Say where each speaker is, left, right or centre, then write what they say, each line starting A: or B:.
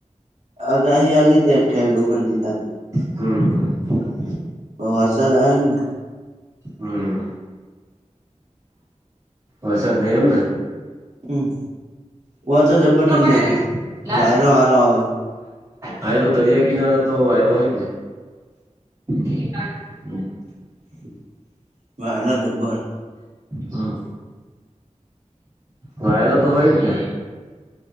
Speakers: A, on the right; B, on the right.
A: અગાહી આલી તે અઠ્યાવી ઓગનતી તારીખ
B: હમ.
A: તો વરસાદ આવ્યો ની
B: હમ વસાાદ નય એમને
A: હમ. ઓ તો જબ્બર ઠંડક
B: <inaudible>
A: હ વાયરો હારો આવ
B: હ એ તો દરિયા કિનારા તો વાયરો હોય જ ને
A: <unintelligible> જબ્બર
B: હમ વાયરો તો હોય જ ને